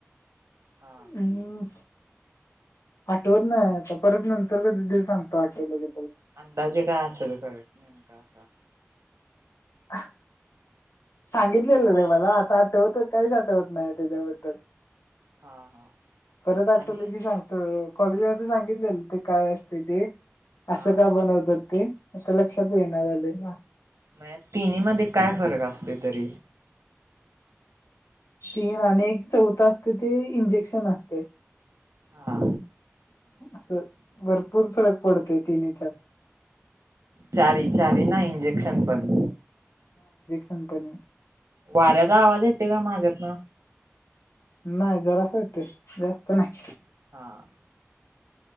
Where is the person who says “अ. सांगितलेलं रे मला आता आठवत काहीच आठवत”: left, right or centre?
Left